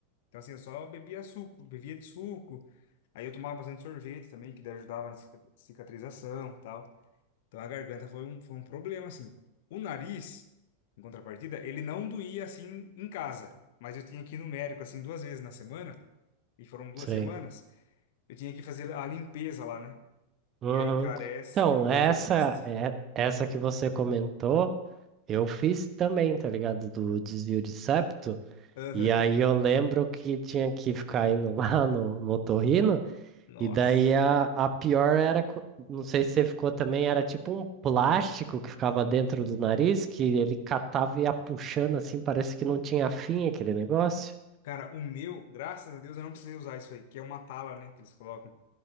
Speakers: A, on the left; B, on the right.
A: Então assim, eu só bebia suco, bebia de suco. Aí eu tomava bastante sorvete também, que daí ajudava na cica- cicatrização, e tal. Então a garganta foi um foi um problema assim. O nariz, em contrapartida, ele não doía assim em casa, mas eu tinha que ir no médico assim duas vezes na semana. E foram duas
B: Sei.
A: semanas. Eu tinha que fazer a limpeza lá, né?
B: Uhum.
A: E aí, cara, essa
B: Então,
A: limpeza
B: essa
A: é triste.
B: é essa que você comentou, eu fiz também, tá ligado? Do desvio de septo.
A: Aham.
B: E aí eu lembro que tinha que ficar indo <laughs> lá no, no otorrino,
A: Nossa.
B: e daí a, a pior era, co- não sei se você ficou também, era tipo um plástico que ficava dentro do nariz, que ele catava e ia puxando assim, parece que não tinha fim aquele negócio.
A: Cara, o meu, graças a Deus, eu não precisei usar isso aí, que é uma tala, né, que eles colocam.